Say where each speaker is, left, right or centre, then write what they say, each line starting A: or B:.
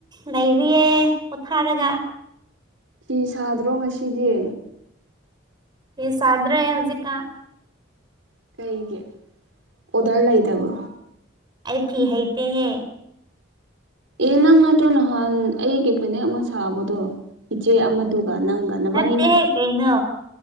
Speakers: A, on the right (about 20°); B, on the right (about 80°).
A: ꯂꯩꯔꯤꯌꯦ ꯄꯣꯊꯥꯔꯒ
B: ꯐꯤ ꯁꯥꯗ꯭ꯔꯣ ꯉꯁꯤꯗꯤ
A: ꯌꯦ ꯁꯥꯗ꯭ꯔꯦ ꯍꯧꯖꯤꯛ
B: ꯀꯩꯒꯤ ꯑꯣꯗꯔ ꯂꯩꯇꯕꯣ
A: ꯑ ꯐꯤꯍꯩꯇꯦ ꯍꯦ
B: ꯑꯦ ꯅꯪ ꯅꯠꯇ꯭ꯔꯣ ꯅꯍꯥꯟ ꯑꯩꯒꯤ ꯐꯅꯦꯛ ꯑꯃ ꯁꯥꯕꯗꯣ ꯏꯆꯦ ꯑꯃꯗꯨ ꯅꯪꯒꯅ
A: ꯅꯠꯇꯦꯍꯦ
B: ꯅꯤ ꯅ
A: ꯀꯩꯅꯣ